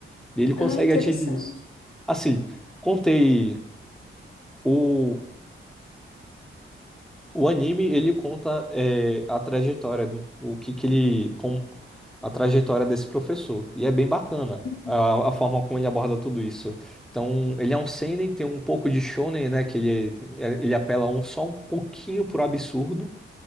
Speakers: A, in the centre; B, on the left.
A: E ele consegue
B: Ah, interessante.
A: atingir isso. Assim, contei o O anime, ele conta é, a trajetória, né? o que que ele, com, a trajetória desse professor. E é bem bacana
B: Uhum,
A: a, a forma como ele aborda tudo isso. Então, ele é um seinen, tem um pouco de shonen, né? Que ele, é, ele apela um, só um pouquinho pro absurdo,